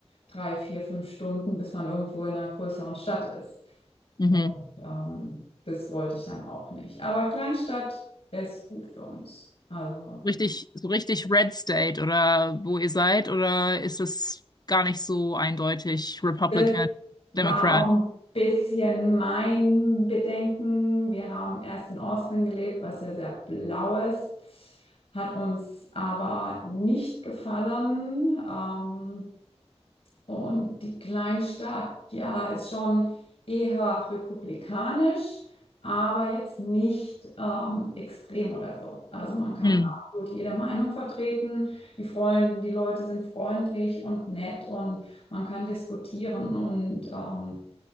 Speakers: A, on the left; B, on the left.
A: drei, vier, fünf Stunden, bis man irgendwo in einer größeren Stadt ist.
B: Mhm.
A: Und ähm, das wollte ich dann auch nicht. Aber Kleinstadt ist gut für uns. Also
B: Richtig, so richtig Red State oder wo ihr seid oder ist es gar nicht so eindeutig Republican,
A: das war
B: Democrat?
A: auch ein bisschen mein Bedenken. Wir haben erst in Austin gelebt, was ja sehr blau ist, hat uns aber nicht gefallen. Ähm, Und die Kleinstadt, ja, ist schon eher republikanisch, aber jetzt nicht ähm, extrem oder so. Also man kann
B: Hm.
A: absolut jede Meinung vertreten. Die Freunde, die Leute sind freundlich und nett und man kann diskutieren. Und ähm,